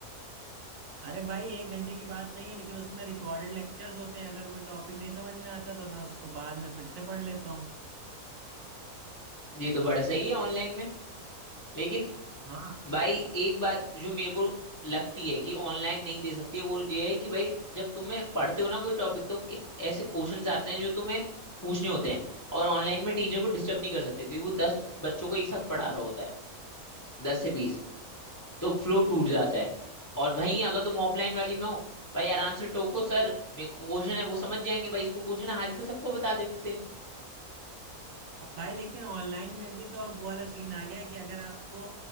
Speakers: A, on the right; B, on the left.
A: अरे भाई एक घंटे की बात नहीं है लेकिन उसमें रिकॉर्डेड लेक्चर्स होते हैं अगर कोई टॉपिक नहीं समझ में आता तो मैं उसको बाद में फिर से पढ़ लेता हूँ
B: ये तो बड़ा सही है ऑनलाइन में लेकिन
A: हाँ
B: भाई एक बात जो मेरे को लगती है कि ऑनलाइन नहीं दे सकती है वो ये है कि भाई जब तुम्हें पढ़ते हो ना कोई टॉपिक तो एक ऐसे क्वेश्चंस आते हैं जो तुम्हें पूछने होते हैं और ऑनलाइन में टीचर को डिस्टर्ब नहीं कर सकते क्योंकि वो दस बच्चों को एक साथ पढ़ा रहा होता है दस से बीस तो फ्लो टूट जाता है और वहीं अगर तुम ऑफलाइन वाली में हो भाई आराम से टोको सर मेरे को क्वेश्चन है वो समझ जाएंगे भाई इसको क्वेश्चन है, हाल के लिए सबको बता देते थे
A: अब भाई लेकिन ऑनलाइन में भी तो अब वो वाला सीन आ गया है कि अगर आपको